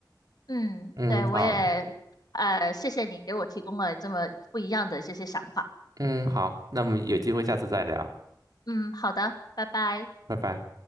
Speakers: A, on the left; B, on the right.
A: 嗯，
B: 嗯，
A: 对，我也，
B: 好，
A: 呃，谢谢你给我提供了这么不一样的这些想法。
B: 嗯，好，那么有机会下次再聊，
A: 嗯，好的，拜拜。
B: 拜拜。